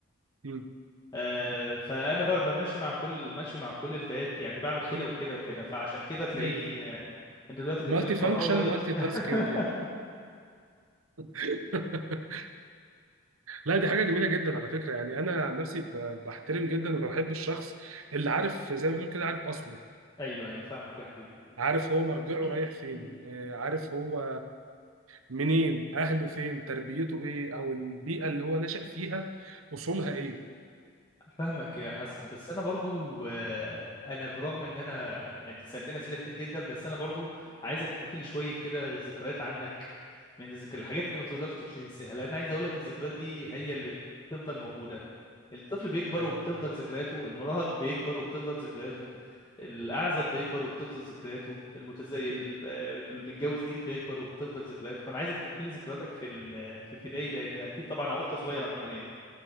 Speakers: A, on the right; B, on the left.
A: امم
B: آه، فانا ب- بمشي مع كل ماشي مع كل الفئات يعني بعمل كده
A: أم-
B: وكده وكده فعشان كده تلاقيني
A: ايوه
B: آه، انت دلوقتي بتتكلم
A: مالتي
B: قهراوي
A: فانكشن
B: يلا
A: مالتي
B: ب- <laughs>
A: تاسكينج <laughs> لا دي حاجه جميله جدا على فكره يعني انا عن نفسي ب- بحترم جدا وبحب الشخص اللي عارف زي ما بنقول كده عارف اصله
B: ايوه ايوه فاهمك يا حبيبي
A: عارف هو مرجعه
B: <clears throat>
A: رايح فين آه، عارف هو منين اهله فين تربيته ايه او البيئه اللي هو نشأ فيها اصولها ايه
B: فاهمك يا حسن بس انا برضو آه، انا برغم ان انا يعني انت سالتني اسئله كتير جدا بس انا برضو عايزك تحكي لي شويه كده ذكريات عنك من الذكر الحاجات اللي ما تقدرش تنساها لان عايز اقول لك الذكريات دي هي اللي بتفضل موجوده الطفل بيكبر
A: آه،
B: وبتفضل ذكرياته المراهق بيكبر وبتفضل ذكرياته الاعزب بيكبر وبتفضل ذكرياته المتزايد
A: اكيد
B: اللي بيتجوز جديد بيكبر وبتفضل ذكرياته فانا عايزك تحكي لي ذكرياتك في ال- في ابتدائي لان اكيد طبعا او انت صغير عموما يعني